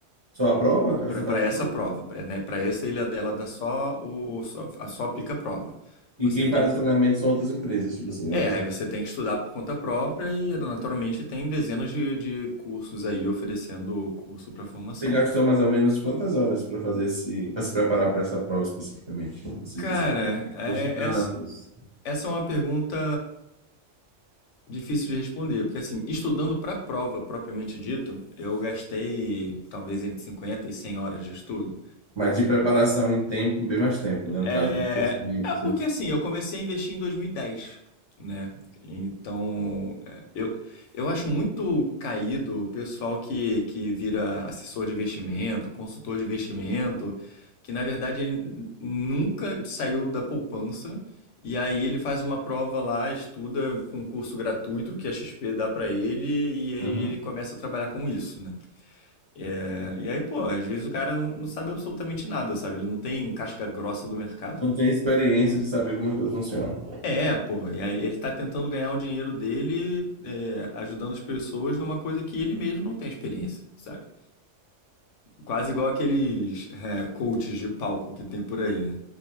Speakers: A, on the right; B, on the left.
A: Só aprova? Ela
B: para
A: só faz a
B: essa
A: prova?
B: prova, pra, né? Para essa ilha dela dá só o só, a só aplica a prova.
A: E
B: Você
A: quem
B: tem
A: faz
B: que,
A: o treinamento são outras empresas, tipo assim,
B: é,
A: outras
B: aí você tem que estudar por conta própria e naturalmente tem dezenas de, de cursos aí oferecendo curso para formação.
A: Você gastou mais ou menos quantas horas para fazer esse, para se preparar para essa prova especificamente? Você
B: Cara,
A: diz assim,
B: é,
A: "Ah,
B: essa,
A: dois anos.
B: essa é uma pergunta difícil de responder, porque assim, estudando para a prova propriamente dito, eu gastei talvez entre 50 e 100 horas de estudo.
A: Mas de preparação em tempo, bem mais tempo, né? No
B: É,
A: caso do conhecimento.
B: É
A: Você...
B: porque assim, eu comecei a investir em 2010, né? Então, é, eu, eu acho muito caído o pessoal que, que vira assessor de investimento, consultor de investimento, que na verdade ele nunca saiu da poupança e aí ele faz uma prova lá, estuda com um curso gratuito que a XP dá pra ele e aí
A: Uhum.
B: ele começa a trabalhar com isso, né? É, e aí, pô, às vezes o cara não, não sabe absolutamente nada, sabe? Ele não tem casca grossa do mercado.
A: Não tem experiência de saber como as coisas funcionam.
B: É, pô, e aí ele tá tentando ganhar o dinheiro dele, é, ajudando as pessoas numa coisa que ele mesmo não tem experiência, sabe? Quase igual aqueles é, coaches de palco que tem por aí, né?